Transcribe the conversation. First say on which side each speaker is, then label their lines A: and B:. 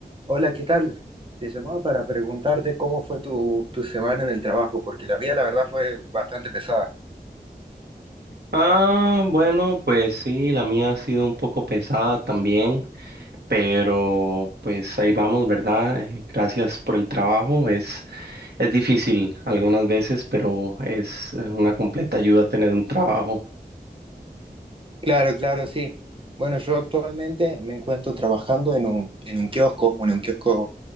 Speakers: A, on the right; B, on the right.
A: Hola, ¿qué tal? Te llamaba para preguntarte cómo fue tu, tu semana en el trabajo, porque la mía, la verdad, fue bastante pesada.
B: Ah, bueno, pues sí, la mía ha sido un poco pesada también, pero pues ahí vamos, ¿verdad? Eh, Gracias por el trabajo. Es, es difícil algunas veces, pero es eh, una completa ayuda tener un trabajo.
A: Claro, claro, sí. Bueno, yo actualmente me encuentro trabajando en un, en un kiosco, bueno, un kiosco